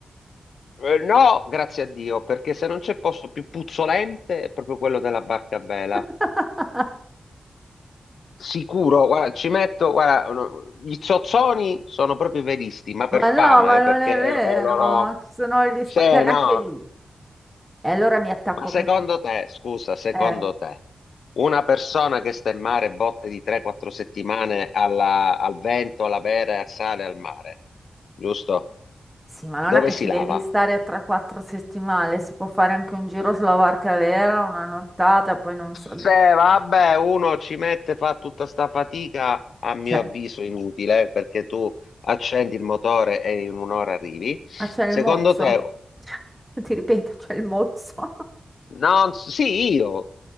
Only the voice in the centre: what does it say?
<laughs>
Ma
no, ma
non
è vero,
ci sono gli
spazi, anche
lì. E allora mi attacco
a
questo.
eh.
Sì, ma non
è che
ci
devi stare 3-4 settimane, si può fare anche un giro sulla barca vera, una nottata, poi non so.
Cioè,
ah, c'è
il mozzo?
<laughs> Ti ripeto, c'è il mozzo. <laughs>